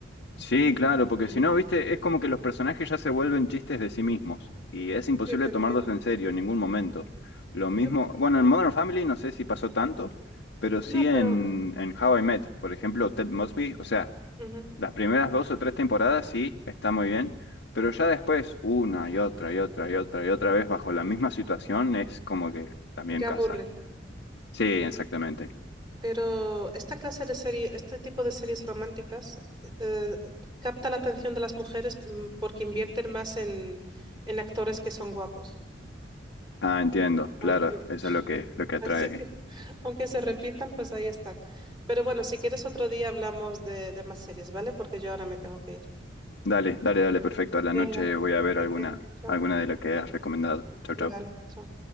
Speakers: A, on the left; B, on the right.
A: Sí, claro, porque
B: Ujú.
A: si no, viste, es como que los personajes ya se vuelven chistes de sí mismos y es imposible
B: Sí, te entiendo.
A: tomarlos en serio en ningún momento. Lo mismo,
B: Yo-
A: bueno, en Modern Family no sé si pasó tanto, pero sí
B: no,
A: en,
B: pero
A: en How I Met, por ejemplo, Ted Mosby, o sea,
B: ujú,
A: las primeras dos o tres temporadas sí, está muy bien, pero ya después, una y otra y otra y otra y otra vez bajo la misma situación, es como que también
B: ya
A: casa.
B: aburre.
A: Sí, exactamente.
B: Pero esta clase de serie, este tipo de series románticas eh, capta la atención de las mujeres mm, porque invierten más en, en actores que son guapos.
A: Ah, entiendo, claro,
B: Aunque,
A: eso es lo que, lo que atrae.
B: así que, <laughs> aunque se repitan, pues ahí están. Pero bueno, si quieres otro día hablamos de, de más series, ¿vale? Porque yo ahora me tengo que ir.
A: Dale, dale, dale, perfecto. A la
B: Venga,
A: noche voy a ver
B: cuídate.
A: alguna,
B: Chao.
A: alguna de las que has recomendado. Chau,
B: Vale,
A: chau.
B: chao.